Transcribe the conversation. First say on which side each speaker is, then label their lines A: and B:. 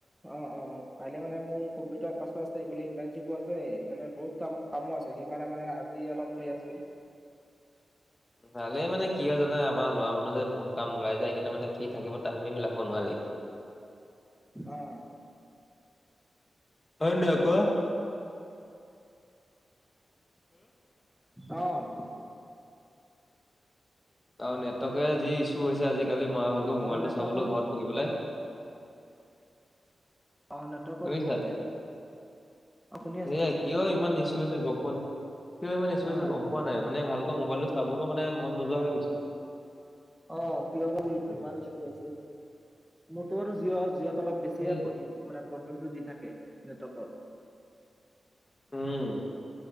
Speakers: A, in the centre; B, on the left.
A: অ', অ, কাইলৈ মানে মোৰ কম্পিউটাৰ ক্লাছো আছে এইফালে ইণ্টাৰ্নশ্বিপো আছে এইফালে বহুত কাম কামো আছে সেইকাৰণে মানে আজি অলপ ফ্ৰী আছো।
B: ভালে মানে কি হয় জানা, আমাৰ ল'ৰা মানুহ যে বহুত কাম উলাই যে সেইকাৰণে মানে ফ্ৰী থাকিব টাইমে মিলাব নোৱাৰি।
A: অ',
B: হয় নহয় ক?
A: অ',
B: আৰু নেটৱৰ্কে যি ইসু হৈছে আজিকালি মই ভালকৈ মোবাইলটো
A: অ নেটৱৰ্কৰ
B: চাবলৈ ঘৰত বহি পেলাই।
A: অ', নেটৱৰ্কৰ
B: শুনিছা
A: বহুত <unintelligible> অ শুনি আছো
B: এয়া,
A: শুনি আছো
B: কিয় ইমান <unintelligible> হৈছে গম পোৱা নাই। কিয় ইমান ইছু
A: অ
B: আছে গম পোৱা নাই মানে ভালকৈ মোবাইলটো চাবলৈও মানে মন নোযোৱা হৈ গৈছে৷
A: অ কিয় বা এইতো ইমান ইছু হৈ আছে মোৰতো বাৰু জিঅ' জিঅ' ত অলপ বেছি
B: এই
A: এপ মানে প্ৰব্লেমটো দি থাকে নেটৱৰ্কৰ৷
B: উম